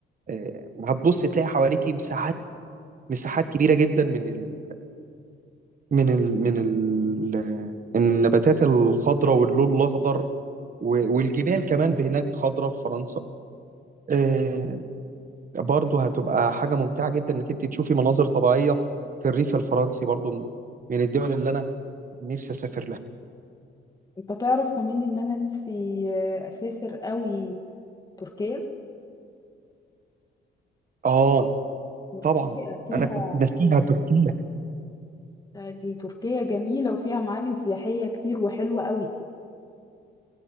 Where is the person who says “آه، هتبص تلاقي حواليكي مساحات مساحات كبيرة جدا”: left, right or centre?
Right